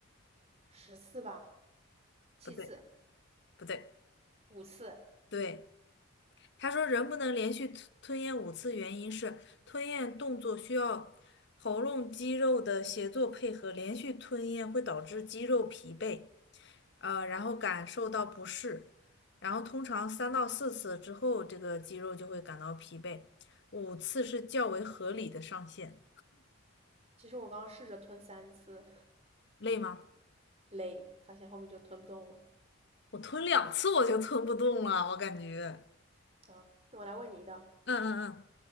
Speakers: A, on the right; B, on the left.
A: 十次吧，七次，
B: 不对，不对，
A: 五次。
B: 对。他说人不能连续吞吞咽五次，原因是吞咽动作需要喉咙肌肉的协作配合，连续吞咽会导致肌肉疲惫。呃，然后感受到不适，然后通常三到四次之后，这个肌肉就会感到疲惫，五次是较为合理的上限。
A: 其实我刚刚试着吞三次，
B: 累吗？
A: 累，发现后面就吞不动了。
B: 我吞两次我就吞不动了，我感觉。
A: 啊，那我来问你一道：
B: 嗯嗯嗯，